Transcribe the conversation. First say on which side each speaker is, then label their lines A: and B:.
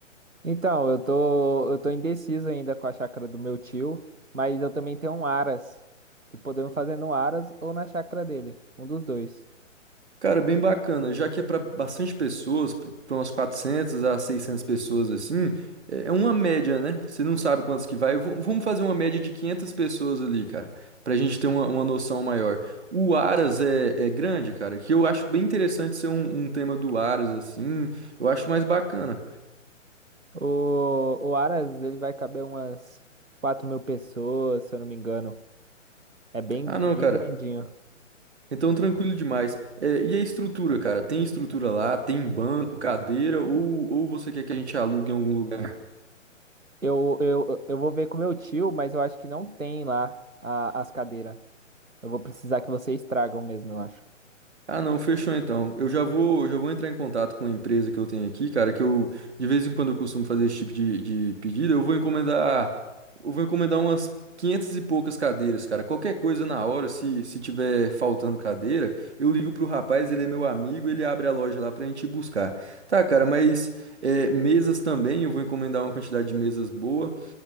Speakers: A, on the right; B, on the right.
A: Então, eu tô, eu tô indeciso ainda com a chácara do meu tio, mas eu também tenho um Aras, que podemos fazer no Aras ou na chácara dele, um dos dois.
B: Cara, bem bacana. Já que é para bastante pessoas, para umas 400 a 600 pessoas assim, é é uma média, né? Você não sabe quantos que vai. V- Vamos fazer uma média de 500 pessoas ali, cara, para a gente ter uma, uma noção maior. O Aras é, é grande, cara, que eu acho bem interessante ser um, um tema do Aras assim. Eu acho mais bacana.
A: O, o Aras, ele vai caber umas 4 mil pessoas, se eu não me engano. É bem,
B: Ah, não,
A: bem
B: cara.
A: grandinho.
B: Então, tranquilo demais. É, e a estrutura, cara? Tem estrutura lá? Tem banco, cadeira? Ou, ou você quer que a gente alugue em algum lugar?
A: Eu, eu, eu vou ver com meu tio, mas eu acho que não tem lá a- as cadeiras. Eu vou precisar que vocês tragam mesmo, eu acho.
B: Ah, não, fechou então. Eu já vou, já vou entrar em contato com a empresa que eu tenho aqui, cara, que eu de vez em quando eu costumo fazer esse tipo de, de pedido. Eu vou encomendar, eu vou encomendar umas 500 e poucas cadeiras, cara. Qualquer coisa na hora, se se tiver faltando cadeira, eu ligo pro rapaz, ele é meu amigo, ele abre a loja lá pra gente ir buscar. Tá, cara, mas é, mesas também, eu vou encomendar uma quantidade de mesas boa.